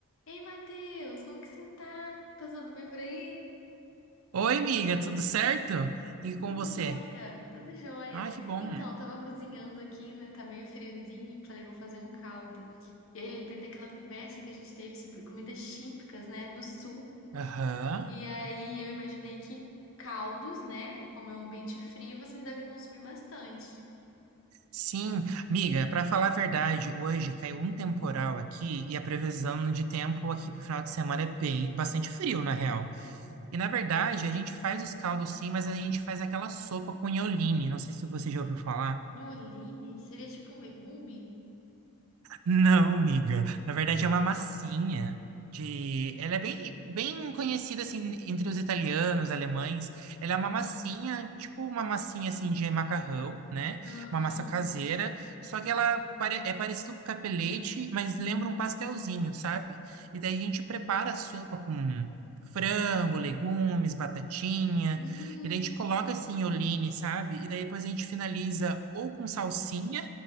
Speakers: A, on the left; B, on the right.
A: Ei, Matheus, como que você tá? Tá tudo bem por aí?
B: Oi, amiga, tudo certo? E com
A: Tudo
B: você?
A: jóia, tudo jóia.
B: Ah, que bom.
A: Então, tava cozinhando aqui, né? Tá meio friozinho, falei, vou fazer um caldo. E aí lembrei daquela conversa que a gente teve sobre comidas típicas, né, do sul.
B: Aham.
A: E aí eu imaginei que caldos, né, como é um ambiente frio, vocês devem consumir bastante.
B: Sim, amiga, para falar a verdade, hoje caiu um temporal aqui e a previsão de tempo aqui pro final de semana é bem, bastante frio, na real. E na verdade, a gente faz os caldos sim, mas a gente faz aquela sopa com ioline. Não sei se você já ouviu falar.
A: Nholine seria tipo um legume?
B: Não, amiga. Na verdade, é uma massinha de. Ela é bem, bem conhecida assim entre os italianos, alemães. Ela é uma massinha, tipo uma massinha assim de macarrão, né?
A: Aham.
B: Uma massa caseira. Só que ela pare- é parecido com capelete, mas lembra um pastelzinho, sabe? E daí a gente prepara a sopa com frango, legumes, batatinha.
A: Hum.
B: E daí a gente coloca assim, olhine, sabe? E daí depois a gente finaliza ou com salsinha